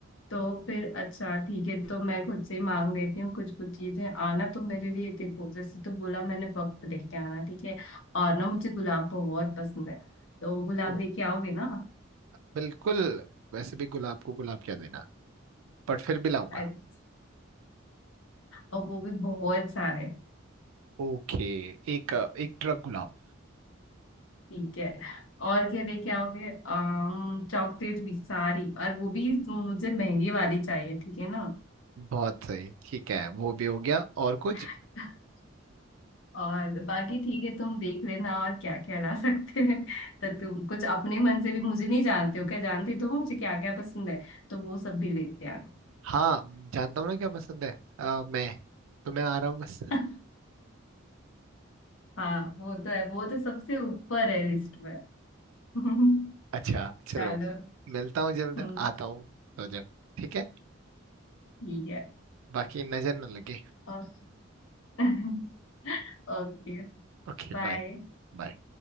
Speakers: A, on the left; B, on the right.
A: तो फिर अच्छा ठीक है तो मैं खुद से ही मांग लेती हूँ कुछ कुछ चीजें आना तो मेरे लिए देखो जैसे तो बोला मैंने वक्त लेके आना ठीक है और ना मुझे गुलाब बहुत पसंद है तो गुलाब
B: ओ
A: लेके आओगे ना
B: बिल्कुल वैसे भी गुलाब को गुलाब क्या देना बट फिर भी लाऊंगा
A: अच्छा और वो भी बहुत सारे
B: ओके एक एक ट्रक गुलाब
A: ठीक है और क्या लेके आओगे आम चॉकलेट भी सारी और वो भी मुझे महंगी वाली चाहिए ठीक है ना
B: बहुत सही ठीक है वो भी हो गया और कुछ
A: <laughs> और बाकी ठीक है तुम देख लेना और क्या क्या ला <laughs> सकते हैं तो तुम कुछ अपने मन से भी मुझे नहीं जानते हो क्या जानती तो हो तो मुझे क्या क्या पसंद है तो वो सब भी लेते आना
B: हाँ जानता हूँ ना क्या पसंद है अ, मैं तो मैं आ रहा हूँ बस
A: <laughs> हाँ वो तो है वो तो सबसे ऊपर है लिस्ट में <laughs>
B: अच्छा चलो
A: चलो
B: मिलता हूँ जल्द
A: हम्म,
B: आता हूँ तो जब ठीक है
A: ठीक है
B: बाकी नजर न लगे
A: और <laughs> ओके
B: Okay
A: बाय
B: bye बाय